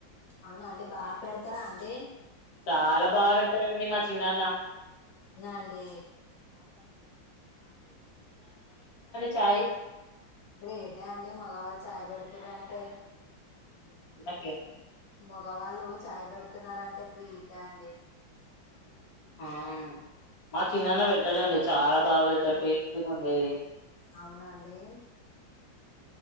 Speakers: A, on the left; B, on the left.
A: అవునా అండి బాగా పెడతారా అండి
B: చాల భాగ పెడతారండి మా చిన్నన్నా
A: నా అండి
B: చాయ
A: గ్రేట్ యే అండి మగవాళ్ళ చాయ పెడుతురంటే
B: ఓకే
A: మగవాళ్ళు చాయ్ పెడుతున్నంరంటే గ్రేట్ అండి
B: ఆ మా చిన్నన్న పెట్టతాడండి చాలా బాగా పెడతాడు టేస్టీ గా ఉండేది
A: అవునండి